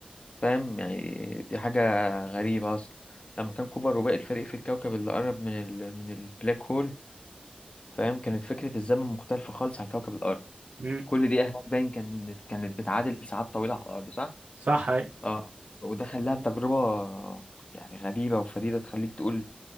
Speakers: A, on the left; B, on the right.
A: فاهم يعني دي حاجة غريبة أصلا لما كان كوبر وباقي الفريق في الكوكب اللي قرب من ال... من البلاك هول فاهم كانت فكرة الزمن مختلفة خالص عن كوكب الأرض
B: مم.
A: كل دقيقة هناك باين كانت كانت بتعادل ساعات طويلة على الأرض صح؟
B: صح أي.
A: اه وده خلاها تجربة يعني غريبة وفريدة تخليك تقول